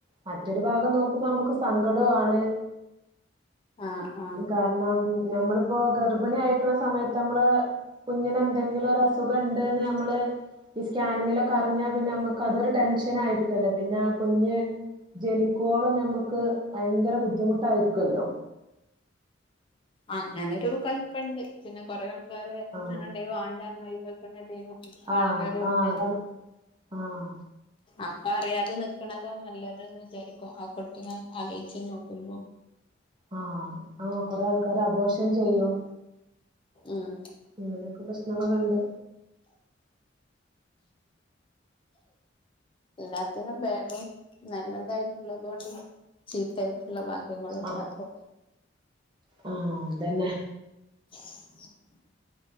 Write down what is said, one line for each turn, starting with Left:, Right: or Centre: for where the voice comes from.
Right: മറ്റൊരു ഭാഗം നോക്കുമ്പോ നമുക്ക് സങ്കട്വാണ്
Left: ആഹ് ആഹ്
Right: കാര്ണം ഞമ്മളിപ്പോ ഗർഭിണി അയിക്ക്ണ സമയത്ത് ഞമ്മള് കുഞ്ഞിന് എന്തെങ്കിലും ഒരു അസുഖ ഇണ്ട്ന്ന് ഞമ്മള് ഈ സ്കാനിങ്ങിലൊക്കെ അറിഞ്ഞാ പിന്നെ അമ്മക്ക് അതൊരു ടെൻഷൻ ആയിരിക്കൊല്ലോ പിന്നെ കുഞ്ഞ് ജനിക്കോളം ഞമ്മക്ക് ഭയങ്കര ബുദ്ധിമുട്ടായിരിക്കൊല്ലോ.
Left: അങ്ങനൊരു കൊഴപ്പണ്ട്. പിന്നെ കൊറെ ആൾക്കാര് അങ്ങനെണ്ടെ
Right: ആഹ്
Left: വാണ്ടാറ്ന്ന് ഒഴിവാക്ക്ണ ടീമ് ആൾക്കാരു
Right: ആഹ്
Left: ഉണ്ട്
Right: ആഹ് അതാണ് ആഹ്
Left: ആപ്പ അറിയാതെ നിക്ക്ണതാ നല്ലത് ന്ന് വിചാരിക്കും. ആ കുട്ടിനെ ആലോയ്ച്ച് നോക്കുമ്പോ.
Right: ആഹ് ആഹ് കൊറേ ആൾക്കാര് അബോർഷൻ ചെയ്യും
Left: ഉം
Right: ഇങ്ങനെയൊക്കെ പ്രശ്നങ്ങളുണ്ട്
Left: എല്ലാത്തിനും വേഗം നല്ലതായിട്ടുള്ളതുണ്ട് ചീത്തായിട്ടുള്ള ഭാഗ ങ്ങളു ഉണ്ടാക്കും
Right: ആഹ് ആഹ് അതെന്നെ
Left: <inaudible>